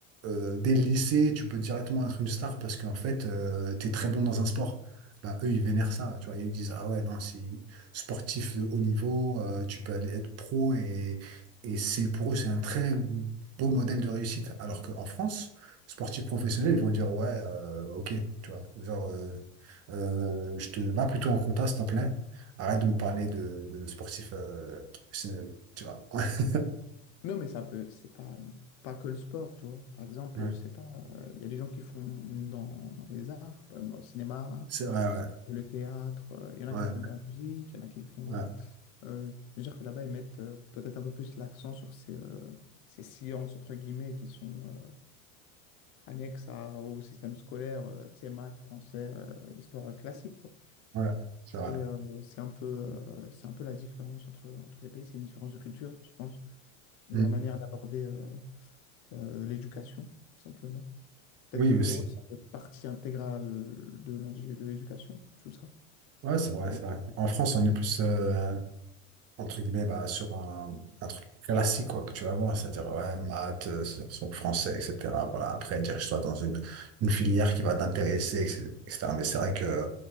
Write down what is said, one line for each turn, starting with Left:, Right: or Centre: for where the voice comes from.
Right: euh, des lycées, tu peux directement être une star parce qu'en fait, euh, t'es très bon dans un sport. Bah, eux, ils vénèrent ça, tu vois. Ils disent, ah ouais, non, si sportif de haut niveau, euh, tu peux aller être pro et, et c'est pour eux, c'est un très beau modèle de réussite. Alors qu'en France, sportif professionnel, ils vont dire, ouais, euh, ok, tu vois. Genre, euh, euh, je te va plutôt en compta, s'il te plaît. Arrête de me parler de, de sportifs euh, professionnels, tu vois. <laughs>
Left: Non, mais ça peut, c'est pas, pas que le sport, tu vois. Par exemple,
Right: Ouais,
Left: je sais pas, euh, il y a des gens qui font dans, dans les arts, par exemple dans le cinéma,
Right: c'est vrai, ouais,
Left: le théâtre, euh, il y en a
Right: ouais,
Left: qui le font dans la musique, il y en a qui le font dans.
Right: ouais,
Left: euh, je veux dire que là-bas, ils mettent euh, peut-être un peu plus l'accent sur ces, euh, ces sciences, entre guillemets, qui sont euh, annexes à- au système scolaire, euh, tu sais, maths, français, euh, histoire classique, quoi.
Right: ouais, c'est vrai.
Left: Et euh, c'est un peu, euh, c'est un peu la différence entre, entre ces pays, c'est une différence de culture, je pense, dans
Right: Mm.
Left: la manière d'aborder. euh, euh, l'éducation, tout simplement.
Right: Oui,
Left: Peut-être que
Right: aussi.
Left: pour eux, ça fait partie intégrale de l'indi- de l'éducation, tout ça.
Right: Ouais, c'est vrai,
Left: Il
Right: c'est
Left: y a-
Right: vrai. En France, on est plus, euh, entre guillemets, bah, sur un, un truc classique, quoi, que tu vas voir, c'est-à-dire, ouais, maths, euh, sur- sur français, etc. Voilà, après, dirige-toi dans
Left: il
Right: une,
Left: y
Right: une filière qui va t'intéresser, etc. Mais c'est vrai que,